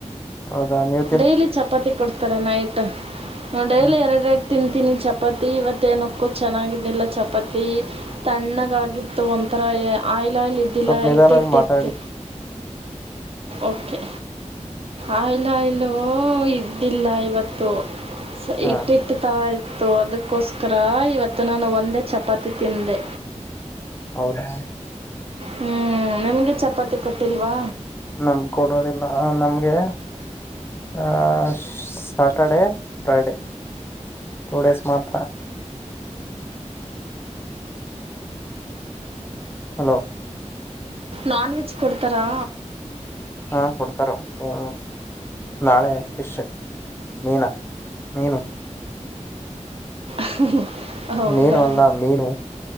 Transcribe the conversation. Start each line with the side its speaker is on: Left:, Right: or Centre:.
Left: ಹೌದಾ ನೀವ್?
Right: ಡೈಲಿ ಚಪಾತಿ ಕೊಡ್ತಾರೆ ನೈಟ್ ಡೈಲಿ
Left: ಹ್ಮ್
Right: ಎರಡೆರಡ್ ತಿಂತೀನಿ ಚಪಾತಿ ಇವತ್ತೇನಕ್ಕೋ ಚೆನ್ನಾಗಿದ್ದಿಲ್ಲ ಚಪಾತಿ. ತಣ್ಣಗಾಗಿತ್ತು ಒಂಥರ ಆಯಿಲಾಯಿಲ್ ಇದ್ದಿಲ್ಲ
Left: ಸ್ವಲ್ಪ ನಿಧಾನವಾಗಿ
Right: ಹಿಟ್ಟಿಟ್ಟಿತ್ತು.
Left: ಮಾತಾಡಿ
Right: ಓಕೆ ಆ ಲ್ಲಾಯ್ಲು ಇದ್ದಿಲ್ಲ ಇವತ್ತು
Left: ಹಾ
Right: ಹಿಟ್ಟಿಟ್ಟು ತರ ಇ ತ್ತು ಅದಕ್ಕೋಸ್ಕರ ಇವತ್ತು ನಾನು ಒಂದೇ ಚಪಾತಿ ತಿಂದೆ.
Left: ಹೌದಾ?
Right: ಹ್ಮ್ ನಿಮ್ಗೆ ಚಪಾತಿ ಕೊಟ್ಟಿಲ್ವಾ?
Left: ನಮ್ಗ್ ಕೊಡೋದಿಲ್ಲ ಆ ನಮ್ಗೆ ಆ ಸಾಟರ್ಡೆೇ ಫ್ರೈಡೇ ಟೂ ಡೇಸ್ ಮಾತ್ರ. ಹಲೋ
Right: ನಾನ್ವೆಜ್ ಕೊಡ್ತಾರಾ.
Left: ಹಾ ಕೊಡ್ತಾರೆ ಹ ನಾಳೆ ಫಿಶು. ಮೀನಾ ಮೀನು.
Right: ಹು ಹು ಹೌದಾ
Left: ಮೀನು ಅಲ್ಲ ಮೀನು